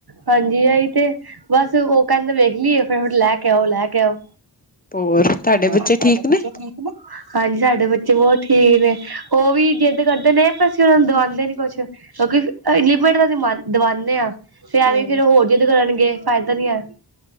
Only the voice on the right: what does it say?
ਹਾਂਜੀ ਆਈ ਤੇ ਬਸ ਉਹ ਕਹਿੰਦੇ ਵੇਖਲੀਏ ਫਿਰ ਹੁਣ ਲੈ ਕੇ ਆਓ, ਲੈ ਕੇ ਆਓ।
ਹੋਰ
ਤੁਹਾਡੇ
ਬੱਚੇ ਠੀਕ ਨੇ, ਹਾਂਜੀ ਸਾਡੇ ਬੱਚੇ ਬਹੁਤ ਠੀ ਠੀਕ ਨੇ ਉਹ ਵੀ ਜਿੱਦ ਕਰਦੇ ਨੇ, ਪਰ ਅਸੀਂ ਉਹਨਾਂ ਨੂੰ ਦਵਾਂਦੇ ਨੀ ਕੁਛ ਕਿਉਂਕਿ ਲਿਮਿਟ ਦਾ ਦਵਾ ਦਵਾਨੇ ਆਂ, ਤੇ ਐਵੇਂ
ਫੇਰ ਉਹ ਹੋਰ ਜਿੱਦ ਕਰਨਗੇ ਫਾਇਦਾ ਨੀ ਐ।